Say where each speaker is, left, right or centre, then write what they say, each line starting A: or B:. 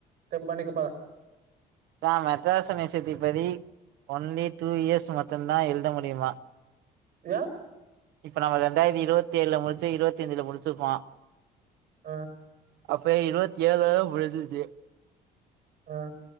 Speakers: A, on the right; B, on the right.
A: தெம்பானிக்கு பா
B: தா மெட்ராஸ்சு மெசேஜ் படி ஓன்லி டூ இயர்ஸ் மட்டுந்தா எழுத முடிமா
A: ஏ
B: இப்ப நம்ம ரெண்டாயர்த்தி இருவத்தி ஏழுல முடிச்சு இருவத்தஞ்ல முடிச்சிருப்போ
A: ஆ
B: அப்ப இருவத்தி ஏழுலத முடுஞ்ச்சி
A: ஆ